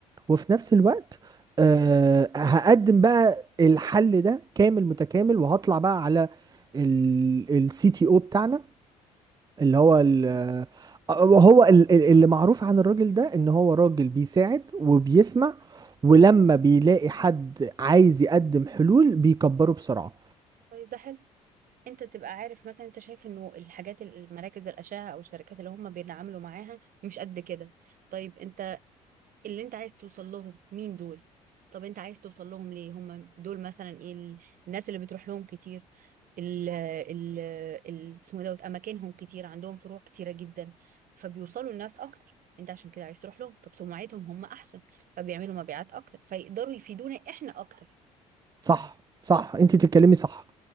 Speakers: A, on the right; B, on the right.
A: وفي نفس الوقت آه، هقدم بقى الحل ده كامل متكامل وهطلع بقى على السي تي او بتاعنا اللي هو
B: طب
A: ال- آه، وهو ال- ال- اللي معروف عن الراجل ده ان هو راجل بيساعد وبيسمع ولما بيلاقي حد عايز يقدم حلول بيكبره بسرعة
B: طيب ده حلو انت تبقى عارف مثلا انت شايف انه الحاجات المراكز الأشعة او الشركات اللي هم بيتعاملوا معاها مش قد كده طيب انت اللي انت عايز توصل لهم مين دول طب انت عايز توصل لهم ليه هم دول مثلا ايه ال- الناس اللي بتروح لهم كتير ال ال ال- اسمه ايه دوت اماكنهم كتير عندهم فروع كتيره جدا فبيوصلوا الناس اكتر انت عشان كده عايز تروح لهم طب سمعتهم هم احسن فبيعملوا مبيعات اكتر فيقدروا يفيدونا احنا اكتر
A: صح صح انت بتتكلمي صح